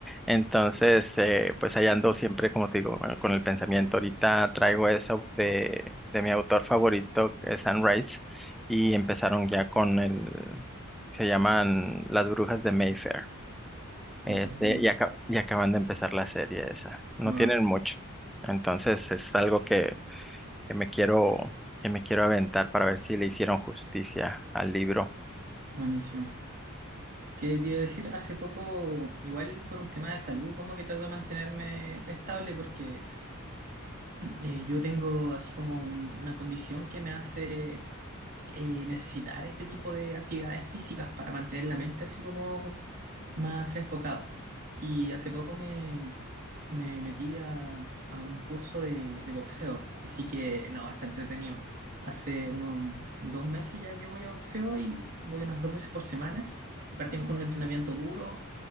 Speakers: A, in the centre; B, on the right.
A: Entonces, eh, pues ahí ando siempre, como te digo, bueno, con el pensamiento. Ahorita traigo eso de, de mi autor favorito, que es Sunrise, y empezaron ya con el, se llaman Las Brujas de Mayfair. Este,
B: La bruja de
A: y, aca- y acaban de empezar la serie esa. No
B: Wow,
A: tienen mucho. Entonces, es algo que que me quiero, que me quiero aventar para ver si le hicieron justicia al libro.
B: buenísima. ¿Qué te iba a decir? Hace poco, igual por un tema de salud, como que trato de mantenerme estable porque eh, yo tengo así como un- una condición que me hace eh, necesitar este tipo de actividades físicas para mantener la mente así como más enfocada. Y hace poco me, me metí a, a un curso de, de boxeo, así que no, está entretenido. Hace unos dos meses ya que voy a boxeo y voy unas dos veces por semana. Y partimos con un entrenamiento duro,